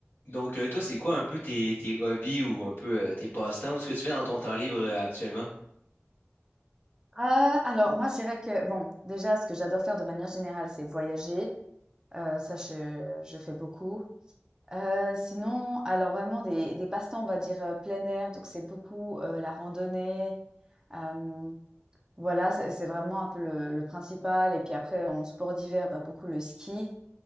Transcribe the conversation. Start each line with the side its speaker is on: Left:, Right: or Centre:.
Left: Donc, euh, toi, c'est quoi un peu tes, tes hobbies ou un peu euh, tes passe-temps ou ce que tu fais dans ton temps libre euh, actuellement?
Right: Heu, alors moi je dirais que bon, déjà ce que j'adore faire de manière générale, c'est voyager, heu, ça je je fais beaucoup. Heu, sinon, alors vraiment des des passe-temps, on va dire, heu, plein air, donc c'est beaucoup, heu, la randonnée, hem, voilà, c'est c'est vraiment un peu le le principal et puis après en sport d'hiver, bah, beaucoup le ski